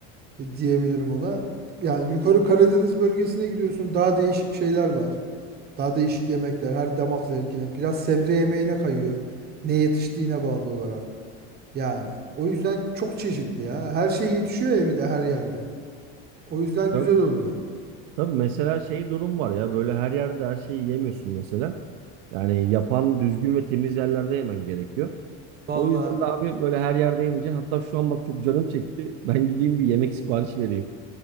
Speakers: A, on the right; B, on the right.
A: diyebilirim ona. Yani yukarı Karadeniz bölgesine gidiyorsun daha değişik şeyler var. Daha değişik yemekler her damak zevkine. Biraz sebze yemeğine kayıyor. Ne yetiştiğine bağlı olarak. Yani o yüzden çok çeşitli ya. Her şey yetişiyor ya bir de her yerde. O yüzden
B: Tabii,
A: güzel oluyor.
B: tabii mesela şey durum var ya böyle her yerde her şeyi yemiyorsun mesela. Yani yapan düzgün ve temiz yerlerde yemen gerekiyor.
A: Valla.
B: O yüzden de abi böyle her yerde yemeyeceksin. Hatta şu an bak çok canım çekti. Ben gideyim bir yemek siparişi vereyim.